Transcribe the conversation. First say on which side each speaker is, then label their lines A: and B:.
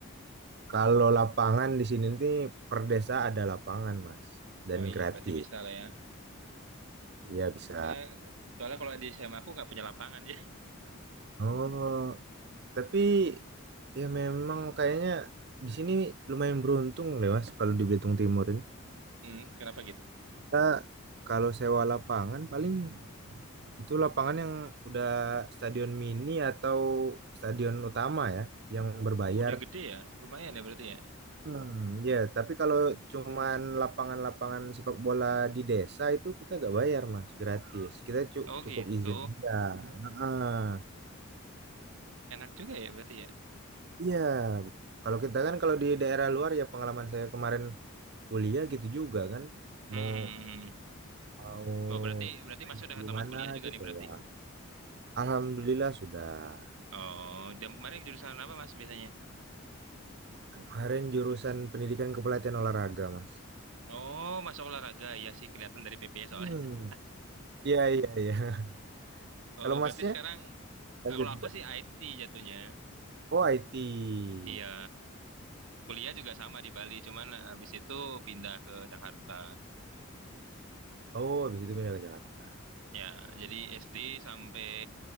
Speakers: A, on the right; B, on the right.
A: Kalau lapangan di sini nih per desa ada lapangan, Mas, dan
B: Oh iya
A: gratis.
B: berarti bisa lah ya.
A: Ya bisa.
B: Soalnya soalnya kalau di SMA aku nggak punya lapangan dia. <laughs>
A: Oh. Tapi ya memang kayaknya di sini lumayan beruntung deh Mas kalau di Belitung Timur ini.
B: Hmm, kenapa gitu?
A: Kita kalau sewa lapangan paling itu lapangan yang udah stadion mini atau stadion utama ya yang berbayar.
B: Oh, udah gede ya. Lumayan ya berarti ya.
A: Hmm, ya, tapi kalau cuman lapangan-lapangan sepak bola di desa itu kita gak bayar Mas, gratis. Kita cu-
B: Oh
A: cukup
B: gitu.
A: izin aja. Heeh.
B: Enak juga ya berarti ya.
A: Iya, kalau kita kan kalau di daerah luar ya pengalaman saya kemarin kuliah gitu juga kan
B: Hmm.
A: mau
B: hmm, hmm, hmm.
A: mau
B: Oh, berarti berarti
A: main
B: Mas udah
A: di
B: tamat
A: mana
B: kuliah juga
A: itu
B: nih
A: sewa.
B: berarti.
A: Alhamdulillah sudah.
B: Oh, jam kemarin jurusan apa Mas biasanya?
A: Kemarin jurusan pendidikan kepelatihan olahraga, Mas.
B: Oh, masuk olahraga ya sih kelihatan dari PP-nya
A: Hmm.
B: soalnya. <laughs>
A: Iya, iya, iya. <laughs>
B: Oh,
A: Kalau
B: berarti
A: Masnya
B: sekarang
A: lanjut
B: eh, kalau aku
A: juga.
B: sih IT jatuhnya.
A: Oh, IT.
B: Iya, kuliah juga sama di Bali, cuman eh, habis itu pindah ke Jakarta.
A: Oh, habis itu pindah ke Jakarta.
B: Ya, jadi SD sampai